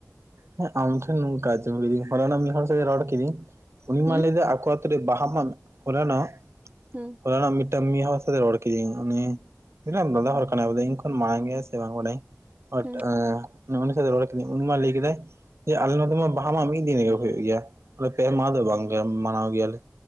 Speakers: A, on the right; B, on the right.
A: ᱦᱮᱸ ᱟᱢ ᱴᱷᱮᱱ ᱱᱚᱝᱠᱟ ᱡᱮ ᱵᱩᱡᱫᱤᱧ ᱯᱚᱨᱮ ᱱᱟᱜ ᱢᱤᱫ ᱦᱚᱲ ᱥᱟᱜ ᱨᱚᱲ ᱠᱤᱫᱤᱧ ᱩᱱᱤ ᱢᱟ
B: ᱦᱩᱸ
A: ᱞᱟᱹᱭ ᱮᱫᱟ ᱟᱠᱚ ᱟᱛᱳ ᱨᱮ ᱵᱟᱦᱟ ᱢᱟ ᱦᱚᱞᱟ ᱱᱚᱜ
B: ᱦᱩᱸ
A: ᱦᱚᱞᱟ ᱱᱚᱜ ᱢᱤᱫ ᱴᱟᱝ ᱢᱤᱜ ᱦᱚᱲ ᱥᱟᱛᱮ ᱨᱚᱲ ᱠᱤᱫᱤᱧ ᱚᱱᱤ ᱫᱟᱫᱟ ᱦᱚᱲ ᱠᱟᱱᱟᱭ ᱤᱧ ᱠᱷᱚᱱ ᱢᱟᱲᱟᱝ ᱜᱮᱭᱟᱭ ᱥᱮ ᱵᱟᱝ ᱵᱟᱰᱟᱭᱤᱧ ᱵᱟᱴ
B: ᱦᱩᱸ
A: ᱚᱱᱤ ᱚᱱᱤ ᱥᱟᱛᱮ ᱨᱚᱲ ᱠᱮᱫᱤᱧ ᱚᱱᱤ ᱢᱟ ᱞᱟᱹᱭ ᱠᱮᱫᱟᱭ ᱡᱮ ᱟᱞᱮ ᱱᱚᱛᱮ ᱢᱟ ᱵᱟᱦᱟ ᱢᱟ ᱢᱤᱫ ᱫᱤᱱ ᱨᱮᱜᱮ ᱦᱩᱭᱩᱜ ᱜᱮᱭᱟ ᱯᱮ ᱢᱟᱦᱟ ᱫᱚ ᱵᱟᱝ ᱜᱮ ᱢᱟᱱᱟᱣ ᱜᱮᱭᱟᱞᱮ